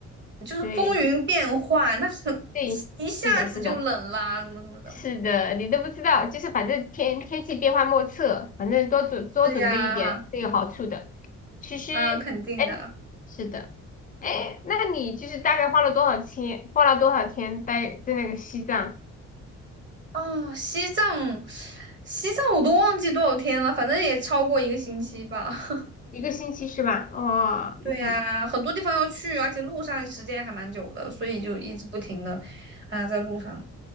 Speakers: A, on the right (about 35°); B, on the left (about 30°).
A: 嗯就是风云变幻，
B: 对
A: 它很
B: 对，
A: 一下子就冷啦，
B: 是的，是的，
A: 怎么怎么的。
B: 是的，你都不知道，就是反正天天气变幻莫测，反正多准多准备一点是有好处的。
A: 对呀，
B: 其实，
A: 嗯，肯定的。
B: 哎，是的，哎，那你就是大概花了多少钱？花了多少天待在那个西藏？
A: 哦，西藏，西藏我都忘记多少天了，反正也超过一个星期吧。<laughs>
B: 一个星期是吧？哇、
A: 对呀，
B: 那
A: 很多地方要去，而且路上时间还蛮久的，所以就一直不停的啊在路上。